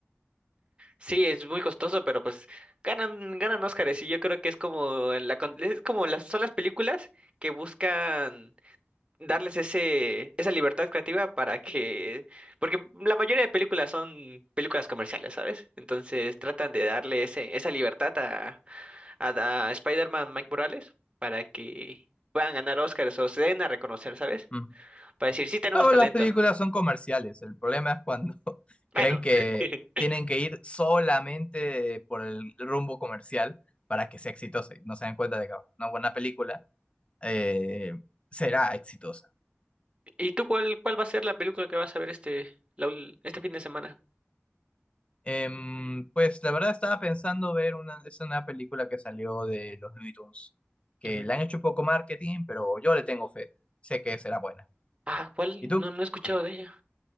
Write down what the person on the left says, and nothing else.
Ujú.
Todas
las películas son comerciales. El problema es cuando <laughs> creen
que
tienen que ir solamente por el rumbo comercial para que sea exitosa y no se dan cuenta de que una buena película eh, será exitosa.
Em, pues la verdad estaba pensando ver una, es una película que salió de los Looney Tunes, que
le han hecho poco marketing, pero yo le tengo fe. Sé que será buena.
¿Y tú?